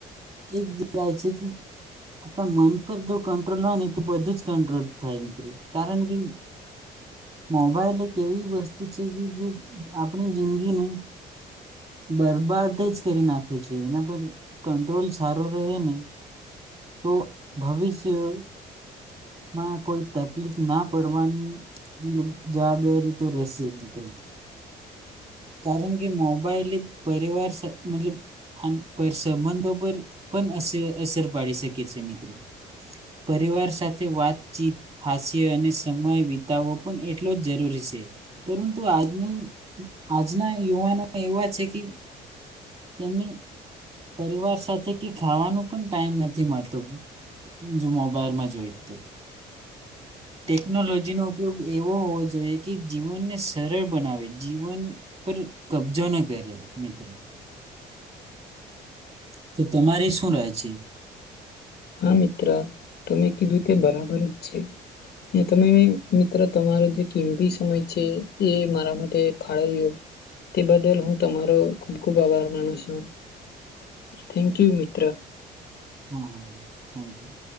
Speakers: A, on the right; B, on the left.
A: કેવાય છે કે આપણા મન પર જો કંટ્રોલ હોય ને તો બધું જ કંટ્રોલ થાય મિત્ર કારણ કે મોબાઈલ એક એવી વસ્તુ છે કે જે આપણી જિંદગીની બરબાદ જ કરી નાખે છે એના પર કંટ્રોલ સારો રહે ને તો ભવિષ્યમાં કોઈ તપલીફ ના પડવાની મતલબ જવાબદારી તો રહેશે મિત્ર. કારણ કે મોબાઈલે પરિવાર સાત મતલબ સંબંધો પર પણ અસર અસર પાડી શકે છે મિત્ર પરિવાર સાથે વાતચીત હાસ્ય અને સમય વિતાવો પણ એટલો જ જરૂરી છે પરંતુ આજનું આજના યુવાનો એવા છે કે તેમને પરિવાર સાથે કે ખાવાનું પણ ટાઈમ નથી મળતું જો મોબાઈલમાં જોય તો. ટેકનોલોજીનો ઉપયોગ એવો હોવો જોઈએ કે જીવનને સરળ બનાવે જીવન પર કબજો ન કરે મિત્ર. તો તમારી શું રાય છે?
B: હા મિત્ર તમે કીધું તે બરાબર જ છે ને તમે મિત્ર તમારો જે કિંમતી સમય છે એ મારા માટે ફાળવ્યો તે બદલ હું તમારો ખૂબ-ખૂબ આભાર માનું છુ. થેન્ક યુ મિત્ર.
A: Hmm thank you.